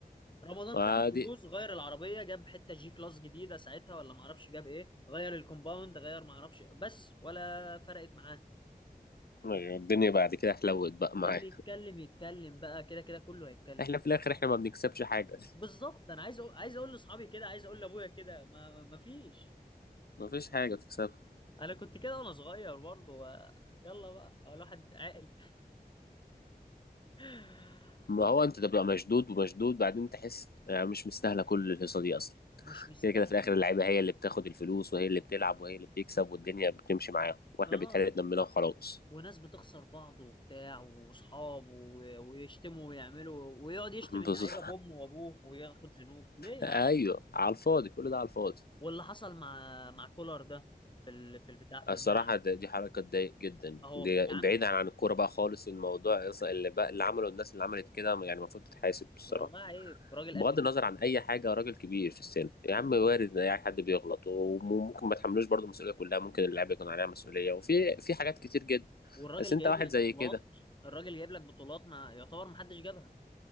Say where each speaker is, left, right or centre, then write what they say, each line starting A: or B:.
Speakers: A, on the left; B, on the left.
A: رمضان
B: وادي
A: خد الفلوس غير العربيه جاب حته جي كلاس جديده ساعتها ولا ما اعرفش جاب ايه غير الكومباوند غير ما اعرفش بس ولا فرقت معاه
B: أيوة، الدنيا بعد كده حلوت بقى معايا
A: اللي يتكلم يتكلم بقى كده كده كله هيتكلم
B: احنا في الاخر احنا ما بنكسبش حاجه
A: بالظبط انا عايز أقول... عايز اقول لاصحابي كده عايز اقول لابويا كده ما... ما فيش
B: <laughs> ما فيش حاجه تكسبها
A: انا كنت كده وانا صغير برضه و... يلا بقى هو الواحد عاقل <sighs>
B: ما هو انت تبقى مشدود ومشدود بعدين تحس يعني مش مستاهله كل الهيصه دي اصلا
A: مش مستاهله
B: كده كده في الاخر اللعيبه هي اللي بتاخد الفلوس وهي اللي بتلعب وهي اللي بتكسب والدنيا بتمشي معاهم واحنا
A: اه
B: بيتحرق دمنا وخلاص
A: وناس بتخسر بعض وبتاع واصحاب و- ويشتموا ويعملوا ويقعد يشتم
B: <laughs>
A: اللعيبه
B: بالظبط
A: بامه وابوه وياخد ذنوب ليه يا
B: ايوه
A: عم
B: على الفاضي كل ده على الفاضي
A: واللي حصل مع مع كولر ده في ال... في البتاع في
B: الصراحه
A: الملعب
B: ده- دي حركه تضايق جدا
A: اهو
B: دي
A: يا عم
B: بعيدا عن الكوره بقى خالص الموضوع اصلا اللي بقى اللي عمله الناس اللي عملت كده يعني المفروض تتحاسب الصراحه
A: والله عيب راجل
B: بغض
A: قد جدي
B: النظر عن اي حاجه راجل كبير في السن يا عم
A: اه
B: وارد ان اي حد بيغلط وممكن ما تحملوش برضه المسؤوليه كلها ممكن اللاعب يكون عليها مسؤوليه وفي في حاجات كتير جدا
A: والراجل
B: بس انت
A: جايب
B: واحد
A: لك
B: زي
A: بطولات
B: كده
A: الراجل جايب لك بطولات ما يعتبر ما حدش جابها